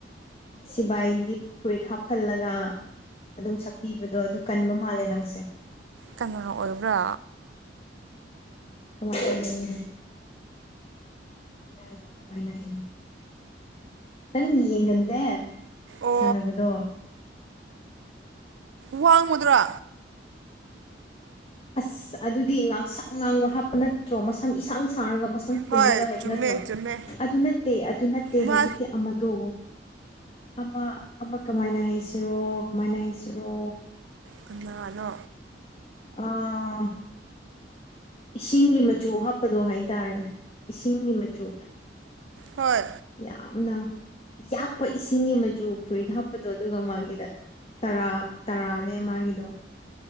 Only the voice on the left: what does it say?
ꯁꯤꯕꯥꯏꯒꯤ ꯐꯨꯔꯤꯠ ꯍꯥꯞꯍꯜꯂꯒ ꯑꯗꯨꯝ ꯁꯛꯄꯤꯕꯗꯣ ꯑꯗꯨ ꯀꯟꯕ ꯃꯥꯜꯂꯦ ꯅꯪꯁꯦ
ꯀꯃꯥꯏ ꯍꯥꯏꯗꯣꯏꯅꯣ <unintelligible> ꯀꯃꯥꯏꯅ ꯍꯥꯏꯅꯤ ꯀꯃꯥꯏꯅ ꯍꯥꯏꯅꯤ ꯅꯪ ꯌꯦꯡꯒꯟꯗꯦ
ꯁꯥꯟꯅꯕꯗꯣ
ꯑꯁ ꯑꯗꯨꯗꯤ ꯉꯥꯡꯁꯪ ꯉꯥꯡꯕ ꯍꯥꯞꯄ ꯅꯠꯇ꯭ꯔꯣ ꯃꯁꯝ ꯏꯁꯥꯡ ꯁꯥꯡ ꯁꯥꯡꯔꯒ ꯃꯁꯝ ꯄꯨꯜꯂꯒ
ꯍꯥꯏꯕ
ꯅꯠꯇ꯭ꯔꯣ
ꯑꯗꯨ ꯅꯠꯇꯦ ꯑꯗꯨ ꯅꯠꯇꯦ
ꯍꯧꯖꯤꯛꯀꯤ ꯑꯃꯗꯣ ꯑꯃ ꯑꯃ ꯀꯃꯥꯏꯅ ꯍꯩꯁꯤꯔꯣ ꯀꯃꯥꯏꯅ ꯍꯩꯁꯤꯔꯣ
ꯑꯥ ꯏꯁꯤꯡꯒꯤ ꯃꯆꯨ ꯍꯥꯞꯄꯗꯣ ꯍꯥꯏꯇꯥꯔꯦ ꯏꯁꯤꯡꯒꯤ ꯃꯆꯨ
ꯌꯥꯝꯅ ꯌꯥꯛꯄ ꯏꯁꯤꯡꯒꯤ ꯃꯆꯨ ꯐꯨꯔꯤꯠ ꯍꯥꯞꯄꯗꯣ ꯑꯗꯨꯒ ꯃꯥꯒꯤꯗ ꯇꯔꯥ ꯇꯔꯥꯅꯦ ꯃꯥꯒꯤꯗꯣ